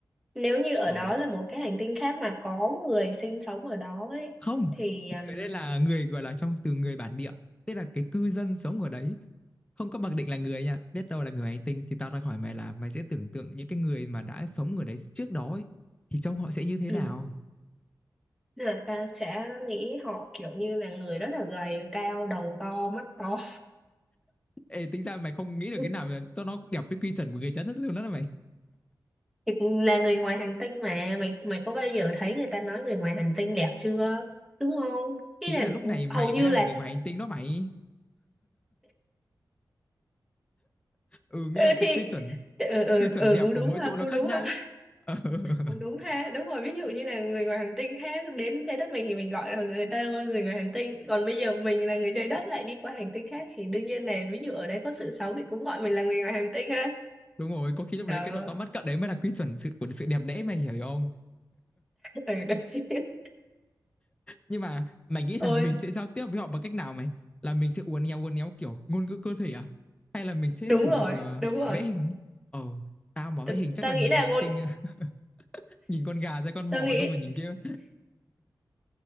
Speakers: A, in the centre; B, on the left (about 15°).
A: nếu như ở
B: Ờ.
A: đó là một cái hành tinh khác mà có người sinh sống ở đó ấy
B: không
A: thì um,
B: người đây là người gọi là trong từ người bản địa tức là cái cư dân sống ở đấy không có mặc định là người nha biết đâu là người hành tinh thì tao đang hỏi mày là mày sẽ tưởng tượng những cái người mà đã sống ở đấy trước đó ấy, thì trong họ sẽ như thế
A: ừ,
B: nào
A: là ta sẽ nghĩ họ kiểu như là người rất là gầy cao đầu to mắt to
B: Ê, tính ra mày không nghĩ được
A: <laughs>
B: cái nào mà cho nó đẹp với quy chuẩn của người trái đất luôn đó là mày
A: Thì là người ngoài hành tinh mà mày mày có bao giờ thấy người ta nói người ngoài hành tinh đẹp chưa đúng không ý
B: ý
A: là
B: là lúc
A: ừ,
B: này mày
A: hầu như
B: mới đang
A: là
B: là người ngoài hành tinh đó mày
A: <laughs>
B: ừ nghĩa
A: ừ
B: là cái
A: thì
B: quy chuẩn
A: ừ, ừ,
B: quy chuẩn
A: ừ
B: đẹp
A: cũng
B: của
A: đúng
B: mỗi
A: ha
B: chỗ nó
A: cũng
B: khác
A: đúng
B: nhau
A: ha
B: ấy Ờ, <laughs>
A: Cũng đúng ha, đúng rồi, ví dụ như là người ngoài hành tinh khác đến trái đất mình thì mình gọi là người ta là người ngoài hành tinh, còn bây giờ mình là người trái đất lại đi qua hành tinh khác thì đương nhiên là ví dụ ở đây có sự xấu thì cũng gọi mình là người ngoài hành tinh ha.
B: đúng rồi có khi lúc
A: Trời
B: đấy cái
A: ơi,
B: độ to mắt cận đấy mới là quy chuẩn sự của sự đẹp đẽ mày hiểu không
A: ừ, đấy. <laughs>
B: nhưng mà mày nghĩ là
A: Ôi,
B: mình sẽ giao tiếp với họ bằng cách nào mày là mình sẽ uốn éo uốn éo kiểu ngôn ngữ cơ thể à hay là mình sẽ
A: đúng
B: sử
A: rồi,
B: dụng ờ,
A: đúng rồi.
B: vẽ hình ờ tao mà
A: Ta,
B: vẽ hình chắc
A: ta
B: là
A: nghĩ
B: người
A: là
B: ngoài
A: ngôn
B: hành tinh <laughs> nhìn con gà ra con
A: ta
B: bò
A: nghĩ
B: xong rồi nhìn kia